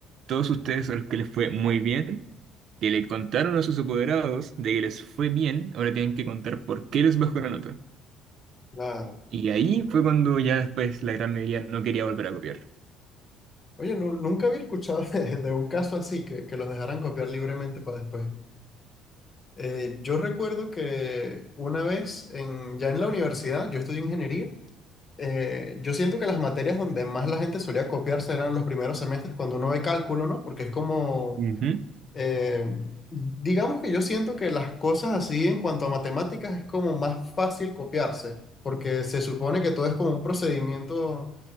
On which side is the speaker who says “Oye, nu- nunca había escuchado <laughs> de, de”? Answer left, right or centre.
Left